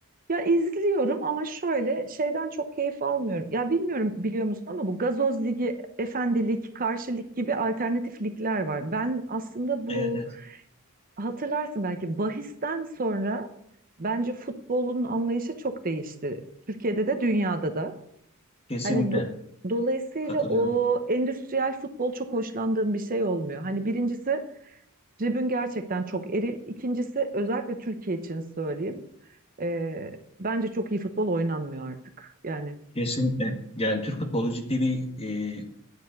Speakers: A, on the right; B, on the left.
A: Ya izliyorum ama şöyle şeyden çok keyif almıyorum. Ya bilmiyorum biliyor musun ama bu gazoz ligi, efendilik, karşı lig gibi alternatif ligler var. Ben aslında bu
B: Evet evet
A: hatırlarsın belki bahisten sonra bence futbolun anlayışı çok değişti. Türkiye'de de dünyada da.
B: kesinlikle.
A: Hani do- dolayısıyla
B: Katılıyorum.
A: o endüstriyel futbol çok hoşlandığım bir şey olmuyor. Hani birincisi tribün gerçekten çok eril. İkincisi özellikle Türkiye için söyleyeyim. Ee, bence çok iyi futbol oynanmıyor artık. Yani
B: Kesinlikle. Yani Türk futbolu ciddi bir e,